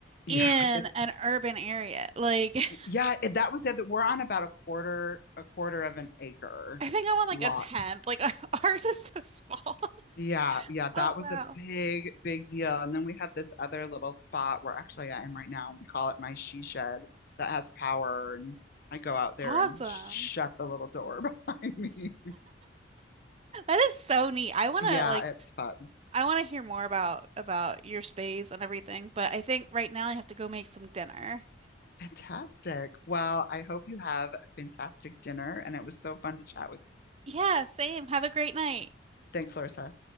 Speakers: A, on the left; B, on the right.
A: Yeah,
B: in
A: it's
B: an urban area. Like, <laughs>
A: yeah, it- that was the other. We're on about a quarter, a quarter of an acre
B: I think I'm on, like,
A: lot.
B: a tenth. Like, <laughs> ours is so small. <laughs>
A: Yeah, yeah, that
B: Oh,
A: was
B: wow.
A: a big, big deal. And then we have this other little spot where actually I am right now. We call it my she shed that has power, and I go out there
B: Awesome.
A: and sh- shut the little door <laughs> behind me.
B: That is so neat. I want
A: Yeah,
B: to, like,
A: it's fun.
B: I want to hear more about about your space and everything, but I think right now I have to go make some dinner.
A: Fantastic. Well, I hope you have a fantastic dinner, and it was so fun to chat with you.
B: Yeah, same. Have a great night.
A: Thanks, Larissa.